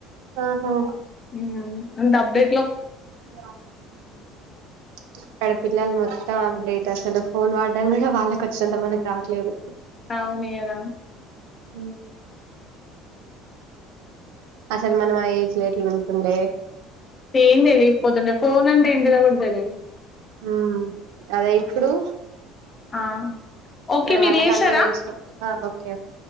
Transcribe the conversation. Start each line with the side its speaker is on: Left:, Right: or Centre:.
Right: ఓహో
Left: ఉమ్ ఉమ్ డబ్బే
Right: ఇంగాం అక్కడ పిల్లలు మొత్తం అప్డేట్ అసలు ఫోన్ వాడామ్ కూడా వాళ్ళకి వచ్చినంత మనకు రావట్లేదు
Left: ఆవునియదా
Right: ఉమ్ అసలు మనం అ ఏజ్ ల ఎట్లుంటుండే
Left: ఏం తెలియపోతుంటే ఫోన్ అంటే ఏంటిదా కూడా తెలిదు
Right: ఉం అదే ఇప్పుడు
Left: ఆ ఓకే
Right: అక్కడ
Left: మీరు
Right: వాళ్ళకి
Left: చేసారా
Right: అన్నీ తెలుసు ఓ ఓకే